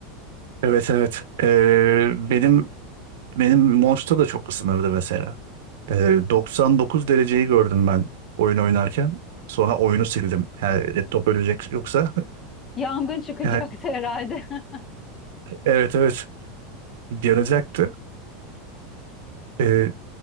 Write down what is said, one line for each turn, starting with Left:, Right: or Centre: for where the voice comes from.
Right: Evet evet. Ee, benim benim Monster da çok ısınırdı mesela. Ee, 99 dereceyi gördüm ben oyun oynarken. Sonra oyunu sildim. Yani laptop ölecek yoksa. <laughs>
Left: Yangın çıkacaktı
Right: Yani
Left: herhalde. <laughs>
Right: evet evet gelecekti. Ee,